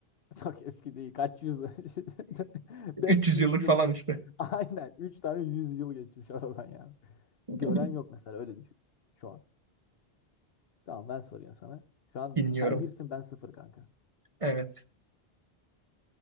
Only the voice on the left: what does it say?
Çok eski değil. Kaç yüz? <laughs> 500
yıl.
ön-
<laughs> Aynen. 3 tane 100 yıl geçmiş aradan yani.
Gören yok mesela öyle düşün şu an. Tamam ben soruyorum sana. Şu an
sen birsin ben sıfır kanka.